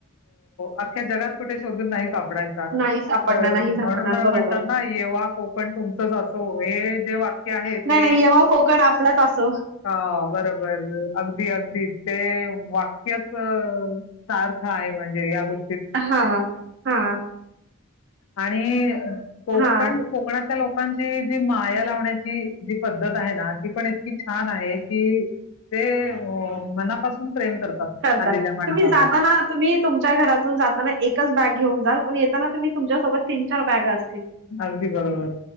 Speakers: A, on the left; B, on the right.
A: अख्ख्या जगात कुठे शोधून नाही सापडायचा.
B: नाही सापडणार,
A: तर
B: नाही सापडणार
A: म्हणून
B: बरोबर.
A: म्हणतात ना, येव्हा कोकण तुमचच असो हे जे वा ते आहे ते
B: नाही, नाही येव्हा कोकण आपलाच असो.
A: ह बरोबर अगदी- अगदी ते वाक्य ह सार्थ आहे म्हणजे या गो
B: हा हा
A: आणि कोकण,
B: हां,
A: कोकणातल्या लोक कोकणची, जी माया लावण्याची जी पद्धत आहे ना ती पण इतकी छान आहे, कि, ते मनापासून प्रेम
B: करतात.
A: आलेल्या माणसावर.
B: तुम्ही जाताना तुम्ही तुमच्या घरातून जाताना एकच बॅग घेऊन जाल, पण येताना तुम्ही तुमच्यासोबत तीन- चार बॅग अस ल.
A: अगदी बरोबर.